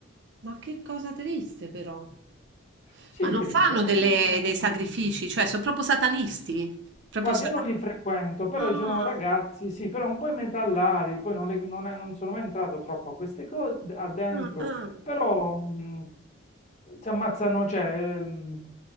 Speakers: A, on the right; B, on the left.
A: Ma che cosa triste però.
B: Sì,
A: Ma non
B: triste,
A: fanno
B: è
A: delle
B: un...
A: dei sacrifici, cioè son proprio satanisti? Proprio
B: Guarda,
A: sata
B: io non li frequento, però
A: ah,
B: ci sono ragazzi, sì, però un po' i metallari, poi non, le- non è- non sono mai entrato troppo a queste cose, a dentro,
A: ah, ah.
B: però mh, si ammazzano, cioè, mh,